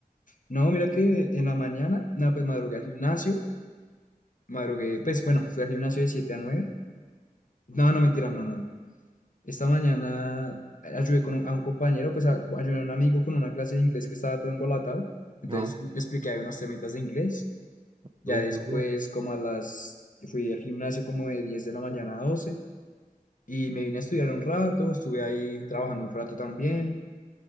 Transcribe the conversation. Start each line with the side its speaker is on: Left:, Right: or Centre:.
Left: No, mira que en la mañana, no, pues madrugué al gimnasio. Madrugué, pues bueno, fui al gimnasio de 7 a 9. No, no, mentira, no, no, no. Esta mañana ayudé con un- a un compañero, pues a- ayudé a un amigo con una clase de inglés que estaba todo embolatado. Entonces
Right: Ah,
Left: le expliqué ahí unos temitas de inglés. Ya
Right: no, duro.
Left: después, como a las, fui al gimnasio como de 10 de la mañana a 12. Y me vine a estudiar un rato, estuve ahí trabajando un rato también.